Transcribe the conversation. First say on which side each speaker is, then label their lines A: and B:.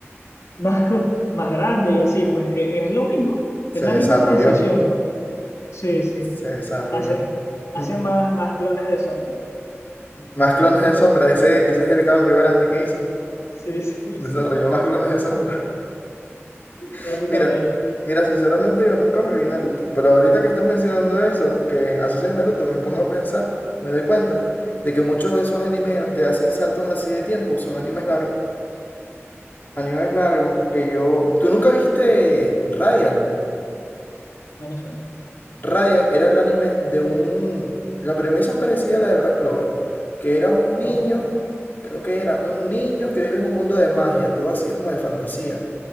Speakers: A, on the left (about 75°); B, on the left (about 40°).
A: más, <laughs> más grande y así, pues e- es lo mismo,
B: Se
A: es la
B: desarrolló.
A: misma transición, pues sí, sí,
B: Se desarrolló.
A: hace, hace
B: Mm.
A: más, más clones de sombra,
B: Más clones de sombra. Ese, ese es el cambio grande que hizo.
A: sí, <laughs> sí,
B: Desarrolló
A: sí,
B: más clones de sombra. <laughs>
A: básicamente,
B: Mira, mira, sinceramente yo nunca me vi Naruto. Pero ahorita que estás mencionando eso, que asocias Naruto, me pongo a pensar, me doy cuenta de que muchos de esos animes en los que hacen saltos así de tiempo son animes largos. a es largo, que yo... ¿Tú nunca viste Radiant?
A: no me suena,
B: Raya era el anime de un... La premisa es parecida a la de Black Clover, que era un niño,
A: ajá,
B: creo que era un niño que vive en un mundo de magia, todo así es como de fantasía.